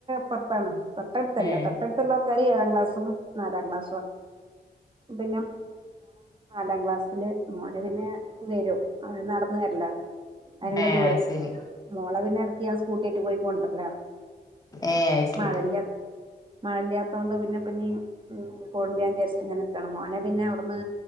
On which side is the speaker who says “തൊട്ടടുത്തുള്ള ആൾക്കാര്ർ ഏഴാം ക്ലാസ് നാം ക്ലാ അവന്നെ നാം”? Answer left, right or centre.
Right